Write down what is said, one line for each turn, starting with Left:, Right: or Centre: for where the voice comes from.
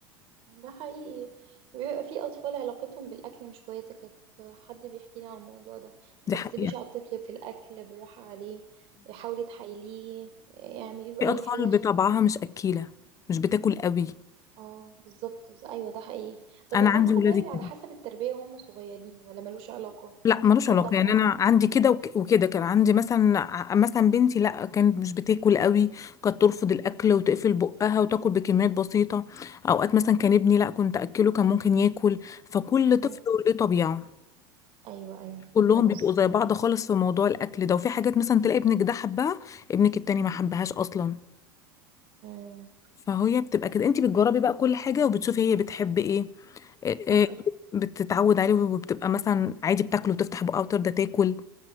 Right: ده حقيقي بيبقى في أطفال علاقتهم بالأكل مش كويسة كانت حد بيحكي لي عن الموضوع ده ما
Left: دي
Right: تغصبيش
Left: حقيقه
Right: على الطفل في الأكل بالراحة عليه حاولي تحايليه اعملي له
Left: في
Right: أي
Left: اطفال
Right: حاجة عشان-
Left: بطبعها مش اكيله مش بتاكل قوي
Right: اه بالظبط بس- أيوه ده حقيقي بس
Left: انا
Right: أتوقع
Left: عندي ولادي
Right: ده
Left: كده
Right: على حسب التربية وهم صغيرين ولا ملوش علاقة
Left: لا ملوش
Right: يبقى
Left: علاقه
Right: طبع
Left: يعني انا عندي كده وك- وكده كان عندي مثلا ع- مثلا بنتي لا كانت مش بتاكل قوي كانت ترفض الاكل وتقفل بقها وتاكل بكميات بسيطه اوقات مثلا كان ابني لا كنت اكله كان ممكن ياكل فكل
Right: مهم.
Left: طفل وليه طبيعه
Right: أيوه أيوه فهمت
Left: كلهم
Right: قصدي
Left: بيبقوا زي بعض خالص في موضوع الاكل ده وفي حاجات مثلا تلاقي ابنك ده حبها ابنك التاني ما حبهاش اصلا
Right: مم.
Left: فهي بتبقى كده انت بتجربي بقى كل حاجه وبتشوفي هي بتحب ايه إيه، إيه،
Right: مهم.
Left: بتتعود عليه وبتبقى مثلا عادي بتاكله وتفتح بقها وترضى تاكل